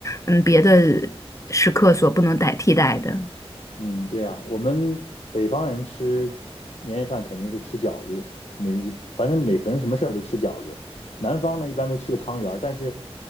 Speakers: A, on the left; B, on the left.
A: 嗯，别的时刻所不能代替代的。
B: 嗯，对呀，我们北方人吃年夜饭肯定是吃饺子，每反正每逢什么事儿都吃饺子。南方呢，一般都吃个汤圆儿，但是